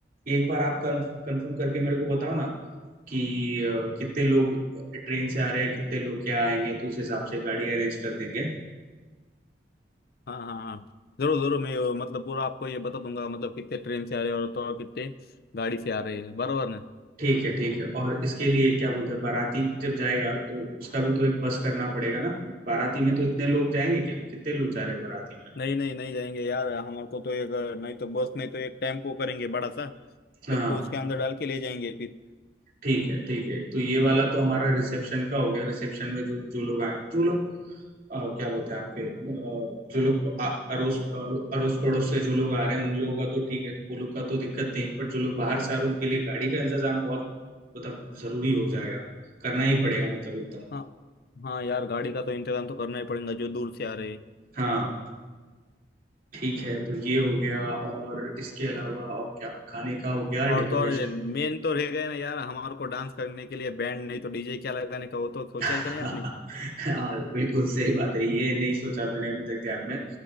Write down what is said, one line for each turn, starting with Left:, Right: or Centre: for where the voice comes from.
Right: एक बार आप कंफर्म करके मेरे को बताओ ना कि अ, कितने लोग ट्रेन से आ रहे हैं कितने लोग क्या आएंगे तो उस हिसाब से गाड़ी अरेंज कर देंगे
Left: हाँ हाँ हाँ जरूर जरूर मैं अ, मतलब पूरा आपको ये बता दूंगा मतलब कितने ट्रेन से आ रहे हैं और तो और कितने गाड़ी से आ रहे हैं बराबर ना
Right: ठीक है ठीक है और इसके लिए क्या बोलते हैं बाराती जब जाएगा तो उसका भी तो एक बस करना पड़ेगा ना बट बाराती में तो इतने लोग जाएंगे क्या कितने लोग जा रहे हैं बाराती में
Left: नहीं नहीं नहीं जाएंगे यार हमारे को तो एक अ, नहीं तो बस नहीं तो एक टेम्पो करेंगे बड़ा सा
Right: हाँ
Left: सबको उसके अंदर डाल के ले जाएंगे फिर
Right: ठीक है ठीक है तो ये वाला तो हमारा रिसेप्शन का हो गया रिसेप्शन में जो जो लोग आए जो लोग अ, क्या बोलते हैं आपके अ, जो लोग आ- अड़ोस अड़ो- अड़ोस पड़ोस से जो लोग आ रहे हैं उन लोगों का तो ठीक है वो लोग का तो दिक्कत नहीं है बट जो लोग बाहर से आ रहे हैं उनके लिए गाड़ी का इंतजाम बहुत मतलब जरूरी हो जाएगा करना ही पड़ेगा मतलब एकदम
Left: हाँ हाँ यार गाड़ी का तो इंतजाम तो करना ही पड़ेगा जो दूर से आ रहे हैं
Right: हाँ ठीक है तो ये हो गया और इसके अलावा और क्या खाने का हो गया
Left: और
Right: डेकोरेशन
Left: तो और मेन तो रह गए ना यार हमारे को डांस करने के लिए बैंड नहीं तो डीजे क्या लगाने का वो तो सोचा
Right: हाँ
Left: है क्या नहीं आपने
Right: बिल्कुल सही बात है ये नहीं सोचा मैंने अभी तक ध्यान में